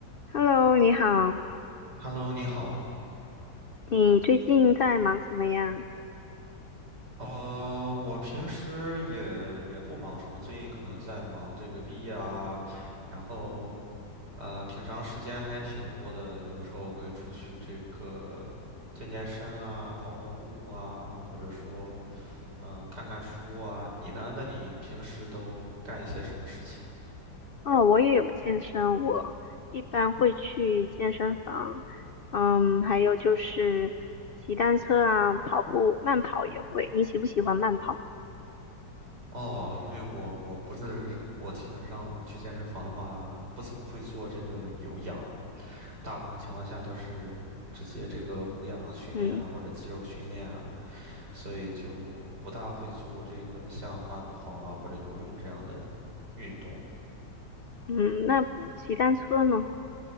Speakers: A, on the left; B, on the right.
A: Hello，你好，
B: Hello，你好。
A: 你最近在忙什么呀？
B: 呃，我平时也也不忙什么，最近可能在忙这个毕业啊，然后呃，平常时间还挺多的，有的时候会出去这个健健身啊，跑跑步啊，或者说呃看看书啊。你呢？那你平时都干一些什么事情？
A: 哦，我也有健身，我一般会去健身房，嗯，还有就是骑单车啊，跑步，慢跑也会。你喜不喜欢慢跑？
B: 哦，因为我我不是我基本上我去健身房的话，不怎么会做这个有氧，大部分情况下都是直接这个无氧训练啊，
A: 嗯
B: 或者肌肉训练啊，所以就不大会做这个像慢跑啊或者游泳这样的运动。
A: 嗯，那骑单车呢？